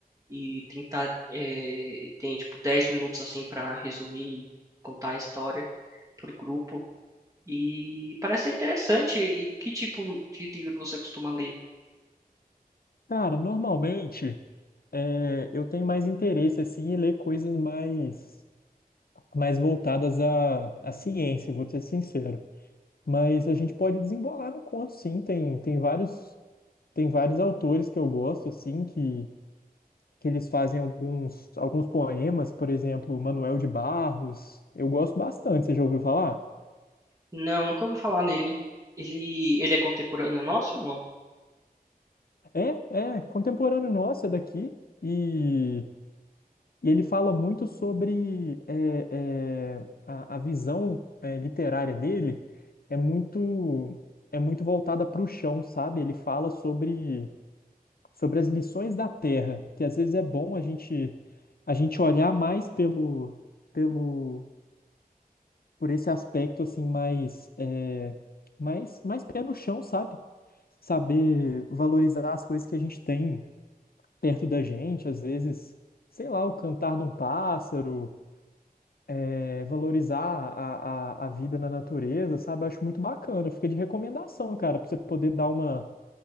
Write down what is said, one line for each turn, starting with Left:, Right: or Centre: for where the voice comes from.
Right: e tentar, é, tem, tipo, 10 minutos, assim, para resumir, contar a história pro grupo. E parece ser interessante. E que tipo de livro você costuma ler?
Left: Cara, normalmente é, eu tenho mais interesse assim em ler coisas mais, mais voltadas à, à ciência, vou te ser sincero. Mas a gente pode desembolar no conto, sim. Tem, tem vários, tem vários autores que eu gosto, assim, que, que eles fazem alguns, alguns poemas, por exemplo, Manuel de Barros. Eu gosto bastante, você já ouviu falar?
Right: Não, nunca ouvi falar nele. Ele, ele é contemporâneo nosso? ou Não?
Left: É, é, contemporâneo nosso, é daqui. E, e ele fala muito sobre é, é, a, a visão é, literária dele é muito, é muito voltada para o chão, sabe? Ele fala sobre sobre as lições da Terra, que às vezes é bom a gente a gente olhar mais pelo pelo por esse aspecto assim mais é, mais mais pé no chão, sabe? Saber valorizar as coisas que a gente tem perto da gente, às vezes, sei lá, o cantar de um pássaro, é, valorizar a, a, a vida na natureza, sabe? Acho muito bacana. Fica de recomendação, cara, pra você poder dar uma